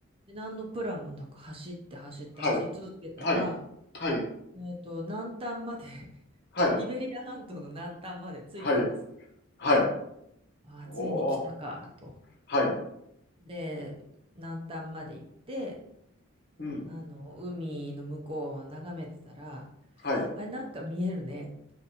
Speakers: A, on the right; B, on the left.
A: で何のプランもなく走って走って走り続けたら、
B: はい、はい、はい、
A: えっと、南端まで <laughs>
B: はい、
A: イベリア半島の南端まで着いたんですね。
B: はい、はい。
A: ああ、
B: おお、
A: ついに来たか、と。
B: はい、
A: で、南端まで行って、
B: うん、
A: あの、海の向こうを眺めてたら、
B: はい、
A: あれ、なんか見えるね。